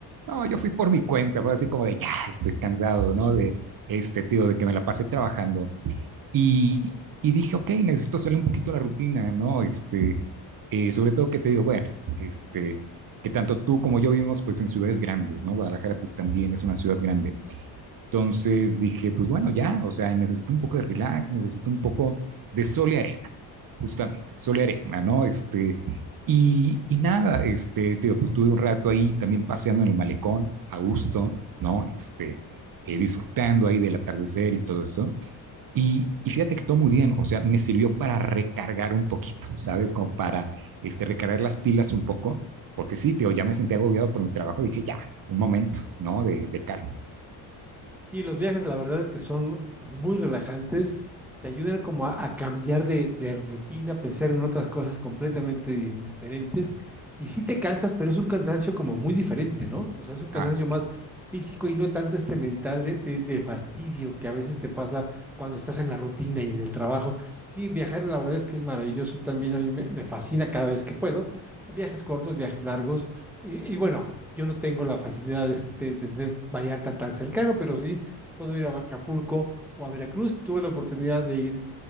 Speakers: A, on the right; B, in the centre.
A: No, yo fui por mi cuenta, fue así como de, ya, estoy cansado, ¿no? De este tío, de que me la pase trabajando. Y, y dije, ok, necesito salir un poquito de la rutina, ¿no? Este, eh, sobre todo que te digo, bueno, este, que tanto tú como yo vivimos pues en ciudades grandes, ¿no? Guadalajara pues también es una ciudad grande. Entonces dije, pues bueno, ya, o sea, necesito un poco de relax, necesito un poco de sol y arena, justamente, sol y arena, ¿no? Este, y, y nada, este, te digo, pues estuve un rato ahí también paseando en el malecón, a gusto, ¿no? Este, eh, disfrutando ahí del atardecer y todo esto. Y, y fíjate que todo muy bien, o sea, me sirvió para recargar un poquito, ¿sabes? Como para este, recargar las pilas un poco, porque sí, te digo, ya me sentía agobiado por mi trabajo, dije, ya, un momento, ¿no? De, de calma.
B: Sí, los viajes, la verdad es que son muy relajantes, te ayudan como a, a cambiar de, de rutina, pensar en otras cosas completamente di- diferentes. Y sí te cansas, pero es un cansancio como muy diferente, ¿no? O sea, es un cansancio
A: Ah,
B: más físico y no tanto este mental de, de- de fastidio que a veces te pasa cuando estás en la rutina y en el trabajo. Sí, viajar la verdad es que es maravilloso también, a mí me, me fascina cada vez que puedo. Viajes cortos, viajes largos. Y, y bueno, yo no tengo la facilidad de, este- de tener Vallarta tan cercano, pero sí puedo ir a Acapulco o a Veracruz. Tuve la oportunidad de ir